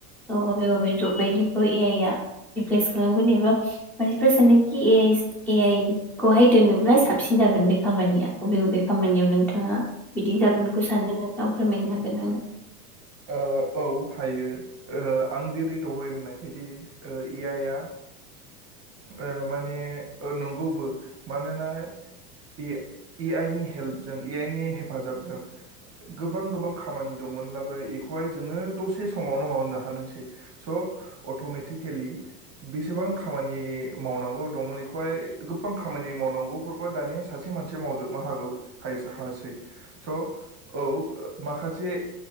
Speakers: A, in the centre; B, on the right (about 30°).
A: बबे बबे जब बायदिखौ ए आइ आ रिफ्रेस खालामगोन एबा मानसिफ्रा सानदोंखि ए आइ ए आइ खौहाय दोनोब्ला साबसिन जागोन बे खामानिया अबे बबे खामानियाव नोंथाङा बिदि जागोनखौ सान नोंथाङा फोरमायनो हागोन आंनो।
B: ओ औ हायो ओ आं जेरै दहाय होनाय बायदि ए आइ आ ओ माने ओ नंगौबो मानोना ए ए आइ नि हेल्पजों ए आइ नि हेफाजाबजों गोबां गोबां खामानि दंमोनब्लाबो बेखौहाय जोङो दसे समावनो मावनो हानायसै स अट'मेटिकेलि बेसेबां खा खानि मावनांगौ दंमोन एखौहाय गोबां खामानि मावनांगौफोरखौहाय दानिया सासे मानसिया मावजोबनो हागौ हायेस हासै स' औ माखासे